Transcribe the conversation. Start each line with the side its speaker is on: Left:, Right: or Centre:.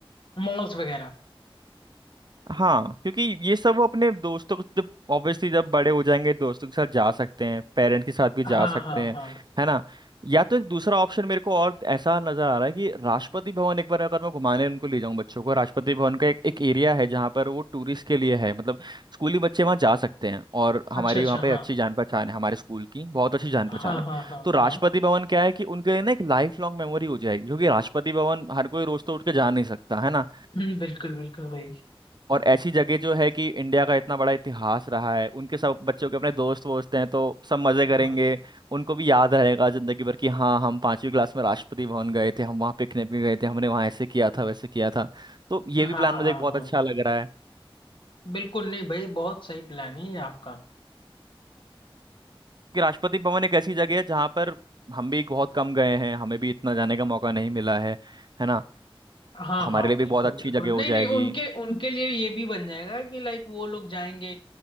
Left: मॉल्स वगैरह
Right: हाँ क्योंकि ये सब वो अपने दोस्तों को जब ऑब्वियसली जब बड़े हो जाएंगे दोस्तों के साथ जा सकते हैं पेरेंट्स के साथ भी जा
Left: हाँ
Right: सकते
Left: हाँ
Right: हैं
Left: हाँ
Right: है ना या तो एक दूसरा ऑप्शन मेरे को और ऐसा नजर आ रहा है कि राष्ट्रपति भवन एक बार अगर मैं घुमाने उनको ले जाऊं बच्चों को राष्ट्रपति भवन का एक, एक एरिया है जहाँ पर वो टूरिस्ट के लिए है मतलब स्कूली बच्चे वहाँ जा सकते हैं और हमारी
Left: अच्छा अच्छा
Right: वहाँ पे
Left: हाँ
Right: अच्छी जान पहचान है हमारे स्कूल की बहुत अच्छी जान
Left: हाँ
Right: पहचान है
Left: हाँ हाँ
Right: तो राष्ट्रपति
Left: हाँ
Right: भवन क्या है कि उनके लिए ना एक लाइफ लॉन्ग मेमोरी हो जाएगी क्योंकि राष्ट्रपति भवन हर कोई रोज तो उठ के जा नहीं सकता है ना
Left: हम्म, बिल्कुल बिल्कुल भाई
Right: और ऐसी जगह जो है कि इंडिया का इतना बड़ा इतिहास रहा है उनके सब बच्चों के अपने दोस्त वोस्त हैं तो सब मजे करेंगे
Left: हम्म,
Right: उनको भी याद रहेगा जिंदगी भर कि हाँ हम पांचवी क्लास में राष्ट्रपति भवन गए थे हम वहाँ पिकनिक में गए थे हमने वहाँ ऐसे किया था वैसे किया था तो ये
Left: हाँ
Right: भी प्लान मुझे
Left: हाँ
Right: बहुत
Left: हाँ
Right: अच्छा लग रहा है
Left: बिल्कुल नहीं भाई बहुत सही प्लान है ये आपका
Right: कि राष्ट्रपति भवन एक ऐसी जगह है जहाँ पर हम भी बहुत कम गए हैं हमें भी इतना जाने का मौका नहीं मिला है है ना
Left: हाँ
Right: हमारे
Left: हाँ
Right: लिए
Left: बिल्कुल
Right: भी बहुत अच्छी
Left: बिल्कुल
Right: जगह हो
Left: नहीं
Right: जाएगी
Left: नहीं उनके उनके लिए ये भी बन जाएगा कि लाइक वो लोग जाएंगे